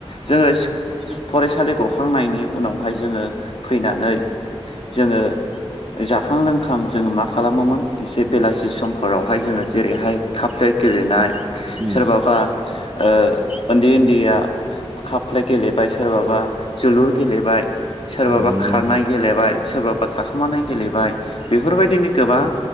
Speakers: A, on the left; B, on the right.
A: जोङो फरायसालि गखांनायनि उनावहाय जोङो फैनानै जोङो जाखां लोंखां जोङो मा खालामोमोन एसे बेलासि समफोरावहाय जोङो जेरैहाय काप प्लेट गेलेनाय
B: नंगौ
A: सोरबाबा ओ उनदै उनदैया काप प्लेट गेलेबाय सोरबाबा जोलुर गेलेबाय सोरबाबा
B: औ नंगौ
A: खारनाय
B: नोंथां
A: गेलेबाय सोरबाबा थाखोमानाय गेलेबाय बेफोरबायदिनो गोबां